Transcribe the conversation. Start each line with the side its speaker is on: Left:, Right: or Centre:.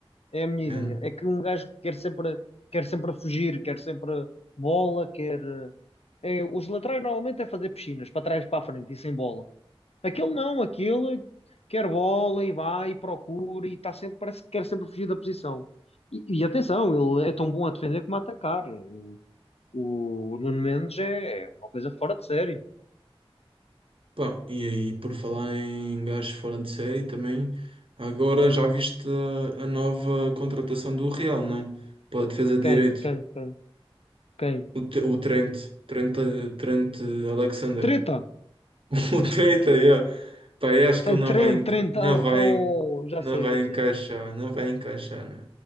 Left: É a minha
Right: é,
Left: ideia. É que um gajo que quer sempre, quer sempre fugir, quer sempre bola, quer. eh, é, os laterais normalmente é fazer piscinas, para trás e para a frente, e sem bola. Aquele não, aquele quer bola e vai e procura e está sempre, parece que quer sempre fugir da posição. E, e atenção, ele é tão bom a defender como a atacar. O, o Nuno Mendes é é uma coisa fora de série.
Right: pá, e aí, por falar em gajos fora de série também, agora já viste a, a nova contratação do Real, não? Para a defesa de
Left: Quem?
Right: direito,
Left: Quem? Quem? Quem?
Right: o, T- o Trent, Trent, eh, Trent Alexander.
Left: Treta!
Right: <laughs> O treta, yeah. Pá, eu acho que
Left: Ai,
Right: ele não
Left: Trent,
Right: vai, enca-
Left: Trent.
Right: não
Left: Oh,
Right: vai, en-
Left: oh, já
Right: não
Left: sei,
Right: vai
Left: já
Right: encaixar,
Left: sei.
Right: não vai encaixar, meu.